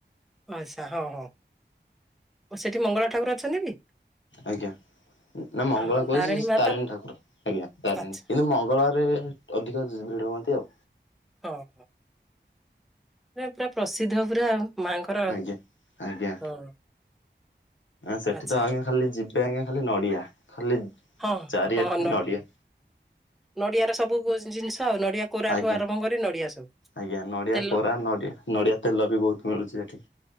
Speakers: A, in the centre; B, on the left (about 85°).
A: ଆଚ୍ଛା ହଁ ହଁ ସେଠି ମଙ୍ଗଳା ଠାକୁର ଅଛନ୍ତି ବି?
B: ଆଜ୍ଞା। ନା ମଙ୍ଗଳା
A: ଅ ହଁ
B: କହୁଛି
A: ମା
B: ତାରିଣୀ
A: ତ
B: ଠାକୁର ଆଜ୍ଞା ତାରିଣୀ
A: ଆଚ୍ଛା
B: କିନ୍ତୁ ମଙ୍ଗଳରେ ଅଧିକ ଭିଡ ହୁ ଦେଓ
A: ହଁ ହଁ। ମ ପୁରା ପ୍ରସିଦ୍ଧ ପୁରା ମାଙ୍କର
B: ଆଜ୍ଞା ଆଜ୍ଞା
A: ହଁ।
B: ସେଠି
A: ଆଚ୍ଛା
B: ତ ଆଜ୍ଞା ଖାଲି ଯିବେ ଆଜ୍ଞା ଖାଲି ନଡିଆ ଖାଲି
A: ହଁ
B: ଚାରିଆଟ
A: ହଁ
B: ନଡ଼ିଆ।
A: ନଡିଆ ର ସବୁ ଜିନିଷ ଆଉ ନଡିଆ କୋରାଠୁ
B: ଆଜ୍ଞା
A: ଆରମ୍ଭ କରି ନଡିଆ ସବୁ।
B: ଆଜ୍ଞା ନଡିଆ
A: ତେଲ
B: କୋରା ନଡିଆ ନଡିଆ ତେଲ ବି ବହୁତ ମିଳୁଛି ସେଠି।